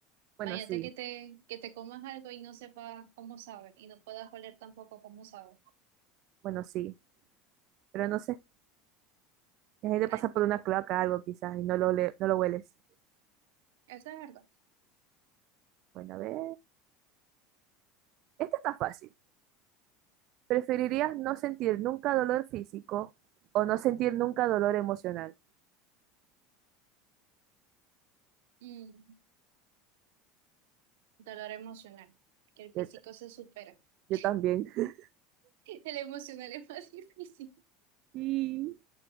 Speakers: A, on the right; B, on the right.
A: Bueno,
B: Imagínate
A: sí,
B: que te, que te comas algo y no sepas cómo sabe y no puedas oler tampoco cómo sabe.
A: bueno, sí. Pero no sé, la gente
B: Ay,
A: pasa por
B: bueno,
A: una cloaca algo quizás y no lo, ole- no lo hueles.
B: eso es verdad.
A: Bueno, a ver. Esta está fácil. ¿Preferirías no sentir nunca dolor físico o no sentir nunca dolor emocional?
B: Mm, dolor emocional, que el
A: Yo,
B: físico
A: t-
B: se supera. <laughs>
A: yo también. <laughs>
B: El emocional es más <laughs> difícil.
A: Sí.